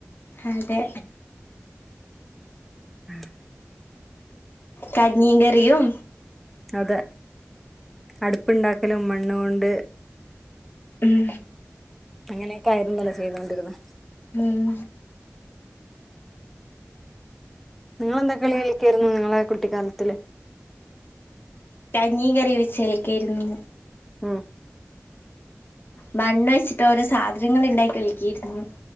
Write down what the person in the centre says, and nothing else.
ഉം
അതെ അടുപ്പുണ്ടാക്കലും മണ്ണ കൊണ്ട്
അങ്ങനെയൊക്കെ ആയിരുന്നല്ലോ ചെയ്തുകൊണ്ടിരുന്നത്
നിങ്ങളെന്താ കളിയിലക്കായിരുന്നു നിങ്ങളെ കുട്ടിക്കാലത്തില്
ഉം